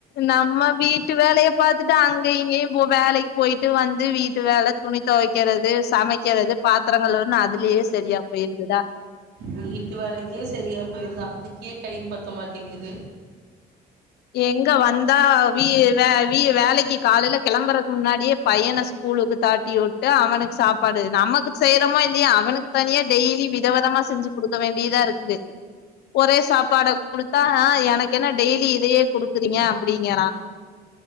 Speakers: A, on the left; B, on the right.
A: நம்ம வீட்டு வேலய பாத்துட்டு அங்க இங்கயும் போ வேலைக்கு போயிட்டு போயிட்டு வந்து வீட்டு வேல துணி தொவைக்கறது சமைக்கறது பாத்திரங் கழுவுறது அதுலயே சரியா போயிருததா
B: வீட்டு வேலைக்கே சரியா போயிருதா அதுக்கே டைம் பத்த மாட்டேங்குது
A: எங்க வந்தா வீ வே வீ வேலைக்கு காலையில கெளம்புறதுக்கு முன்னாடியே பையன ஸ்கூலுக்கு தாட்டி வுட்டு அவனுக்கு சாப்பாடு நமக்கு செய்றோமோ இல்லையோ அவனுக்கு தனியா டெய்லி விதவதமா செஞ்சு குடுக்க வேண்டியதா இருக்குது ஒரே சாப்பாட கொடுத்தா எனக்கு என்ன டெய்லி இதையே குடுக்குறீங்க அப்படிங்கறான்